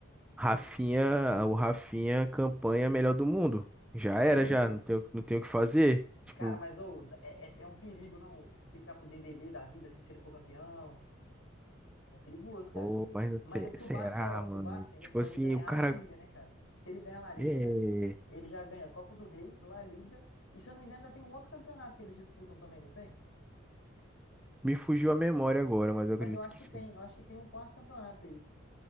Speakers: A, in the centre; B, on the left.
A: Rafinha, o Rafinha, campanha melhor do mundo. Já
B: Sem
A: era, já.
B: dúvida.
A: Não tenho não tenho o que fazer. Tipo,
B: Cara, mas ô, é, é, é um perigo, não? Ficar pro Dembélé da vida, assim, se ele for campeão. É perigoso, cara.
A: pô, mas não
B: Mas
A: sei,
B: é porque
A: será,
B: o Barça, ó,
A: mano?
B: o Barça ainda
A: Tipo
B: pode
A: assim,
B: ganhar
A: o cara.
B: a La Liga, né, cara? Se ele ganhar a La Liga,
A: é,
B: ele já ganha Copa do Rei, La Liga. E se eu não me engano, ainda tem um outro campeonato que eles disputam também, não tem?
A: me fugiu a memória agora, mas eu acredito
B: Mas eu acho
A: que
B: que
A: sim.
B: tem, eu acho que tem um quarto campeonato aí.